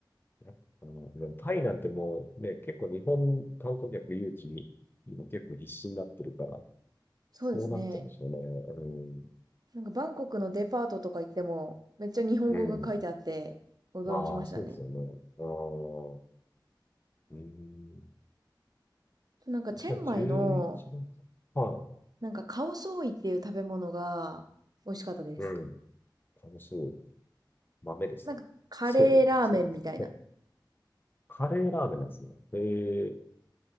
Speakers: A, on the left (about 25°); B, on the right (about 55°).
A: い。ああ。やっぱでもタイなんてもうね、結構日本観光客誘致に今結構必死になってるから、
B: そうですね。
A: そうなっちゃうんでしょうね。
B: なんかバンコクのデパートとか行っても、めっちゃ日本語が書いてあって、
A: うん。う
B: 驚きましたね。
A: ん。ああ、そうですよね。ああ。うん。
B: なんかチェンマイの、
A: じゃあ11月。は
B: なんかカオソーイっていう食べ物が美味しかったです。
A: い。うん。楽しみ。豆ですかそうですね。
B: なんかカレーラーメンみたいな。
A: <laughs> カレーラーメンなんですね。ええ